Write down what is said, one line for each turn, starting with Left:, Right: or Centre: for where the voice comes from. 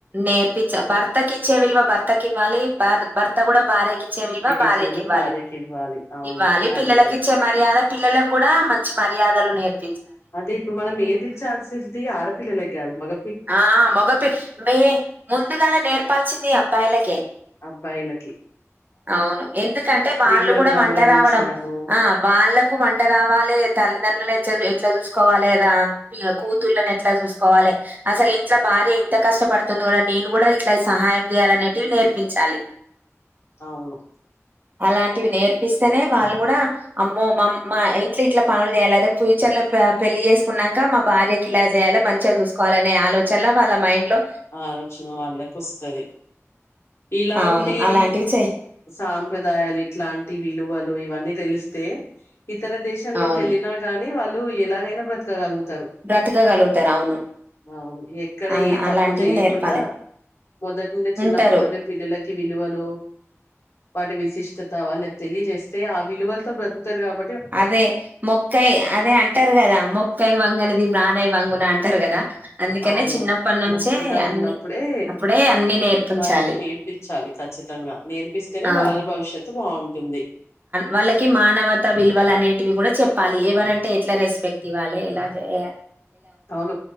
Right: నేర్పించ భర్తకి ఇచ్చే విలువ భర్తకి ఇవ్వాలి భర్త కూడ బార్యకి చ్చే విల్వ భార్యకి
Left: ఇచ్చవిలో
Right: ఇవ్వాలి
Left: భార్యకి ఇవ్వాలి అవును
Right: ఇవ్వాలి
Left: అది
Right: పిల్లలకి
Left: కూడా
Right: ఇచ్చే మర్యాద పిల్లలకు కూడ మంచి మర్యాదలు నెర్
Left: అదే ఇప్పుడు మనం నేర్పించాల్సిది ఆడపిల్లలకు కాదు మగ
Right: ఆ ఆ మగపి మే ముందుగాల నేర్పాల్సింది అబ్బాయలకే
Left: అబ్బాయిలకి
Right: అవును ఎందుకంటే
Left: స్త్రీలను
Right: వాళ్ళు కూడ
Left: గౌరవించడము
Right: వంట రావడం ఆ వాళ్లకు వంట రావాలే తల్లిదండ్రులను ఎట్ల చూసుకోవాలేద కూతులన్ని ఎట్లా చూసుకోవాలే అసలు ఇంట్లో భార్య <unintelligible> కష్టపడుతుంది కూడ నేను కూడ ఇట్లా సహాయం చేయాలనేటివి నేర్పించాలి
Left: అవును
Right: అలాంటివి నేర్పిస్తే వాళ్ళు గూడ అమ్మో మా ఇంట్లో ఇట్ల పనులు చేయాల అదే ఫ్యూచర్ లో పెళ్లి చేసుకున్నాక మా భార్య ఇల చేయాల మంచిగా చూసుకోవాలనే ఆలోచనలో వాళ్ళ మైండ్ లో
Left: ఆలోచన వాళ్ళకు వస్తది ఇలాంటీ
Right: అవును. అలాంటివి చెయ్
Left: సాంప్రదాయాలు ఇట్లాంటి విలువలు ఇవన్నీ తెలిస్తే ఇతర దేశంలోకి
Right: అవును.
Left: వెళ్ళినా గానీ వాళ్ళు ఎలాగైన బ్రతకగలుగుతారు
Right: బ్రతకగలుగుతారు. అవును.
Left: అవును ఎక్కడ
Right: అలా
Left: ఏ తప్
Right: అలాంటివి
Left: చేయ్యకుండ
Right: నేర్పాలే.
Left: మొదటి నుండి చిన్నప్పటి
Right: ఉంటారు
Left: నుండి పిల్లలకి విలువలు వాటి విశిష్టత వాళ్లకి తెలియజేస్తే ఆ విలువలతో బ్రతుకుతారు కాబ
Right: అదే మొక్కయి అదే అంటారు కదా మొ మొక్కై వంగనిది మానై వంగున అంటారు కదా అందుకనే
Left: అవును.
Right: చిన్నప్పటి నుంచే
Left: మొక్కగా
Right: అన్ని
Left: ఉన్నప్పుడే
Right: అప్పుడే అన్ని నేర్పించాలి
Left: వారికి నేర్పించాలి ఖచ్చితంగ నేర్పిస్తేనే
Right: ఆ
Left: వాళ్ళ భవిష్యత్తు బాగుంటుంది
Right: వాళ్ళకి మానవత విలువలు అనేటివి కూడ చెప్పాలి ఎవరంటే ఎట్ల రెస్పెక్ ఇవ్వాళే <unintelligible>
Left: అవును